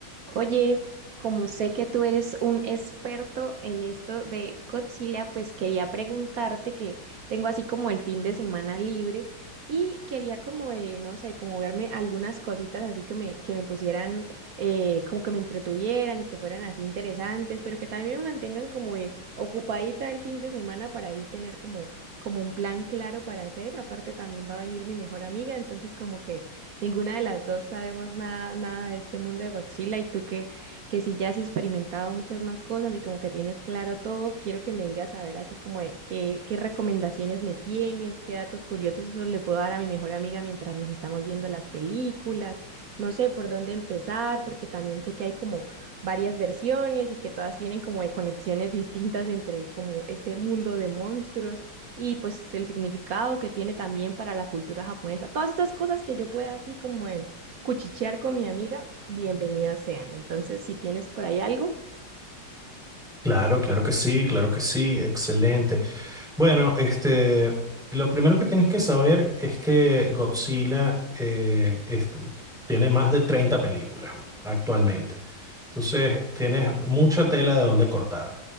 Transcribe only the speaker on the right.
Oye, como sé que tú eres un experto en esto de Godzilla, pues quería preguntarte que tengo así como el fin de semana libre y quería como de, no sé, como verme algunas cositas así que me, que me pusieran, eh, como que me entretuvieran y que fueran así interesantes, pero que también me mantengan como eh, ocupadita el fin de semana para ahí tener como, como un plan claro para hacer. Aparte también va a venir mi mejor amiga, entonces como que ninguna de las dos sabemos nada, nada de este mundo de Godzilla y tú que, que sí ya has experimentado muchas más cosas y como que tienes claro todo, quiero que me digas a ver así como de qué, qué recomendaciones me tienes, qué datos curiosos esos le puedo dar a mi mejor amiga mientras nos estamos viendo las películas, no sé por dónde empezar, porque también sé que hay como varias versiones y que todas tienen como de conexiones distintas entre como este mundo de monstruos y pues el significado que tiene también para la cultura japonesa. Todas estas cosas que yo pueda así como eh, cuchichear con mi amiga, bienvenidas sean. Entonces, si tienes por ahí algo,